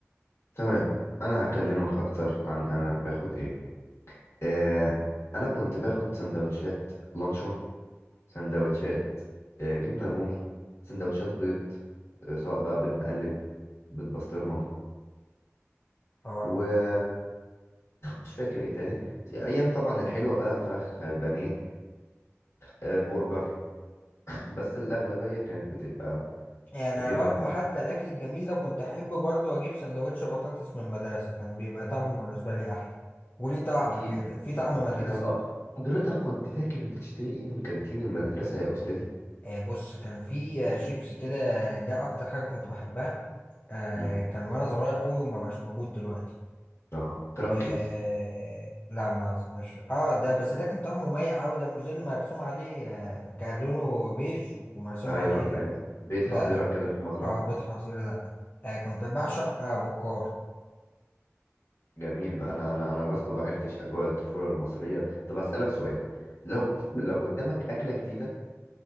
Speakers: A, on the left (about 65°); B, on the left (about 35°).
A: تمام أنا هكلمك أكتر عن أنا باخد ايه آه، أنا كنت باخد سندوتشات لانشو سندوتشات آه، جبنة رومي سندوتشات بيض آه، سواء بقى بيض مقلب بيض بسطرمة
B: آه
A: ومش فاكر ايه تاني ايام طبعا الحلوه بقى فراخ بانيه آه، برجر بس الأغلبية كانت بتبقى
B: يعني
A: جبن
B: رغم حتى الأكل الجميل ده كنت أحب برضو أجيب سندوتش بطاطس من المدرسة كان بيبقى طعمه بالنسبة لي أحلى وليه طعم
A: أكيد
B: كده في
A: أكيد
B: طعم مدرسة
A: أكيد طب أك- حضرتك كنت فاكر بتشتري إيه من كانتين المدرسة يا أستاذي؟
B: آه، بص كان في آه، شيبسي كده ده اكتر حاجه كنت بحبها آه،
A: مم.
B: كان وانا صغير قوي وما بقاش موجود دلوقتي
A: آه كرانكلز
B: آه، لا ما أظ- مش اه ده بس ده كان طعمه مميع قوي ده مش ده اللي مرسوم عليه آه، كان لونه بيج ومرسوم
A: أيوه
B: عليه
A: أيوه بيت حظيرة
B: لا لا
A: كده في المزرعة
B: اه بيض حظيره لا آه، كنت بعشق آه، بكار
A: جميل بقى أنا أنا أنا بس ما بعرتش أجواء الطفولة المصرية طب هسألك سؤال لو <laughs> لو قدامك أكلة جديدة